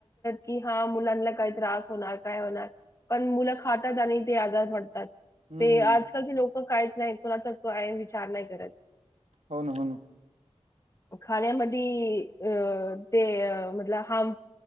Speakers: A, on the left; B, on the right.
A: की हा मुलांना काही त्रास होणार काय होणार पण मुलं खातात आणि ते आजार पडतात.
B: हम्म
A: ते आजकालचे लोक काहीच नाही कुणाचा काय विचार नाही करत.
B: हो ना हो ना
A: खाण्यामध्यी क अ ते अ मतल हम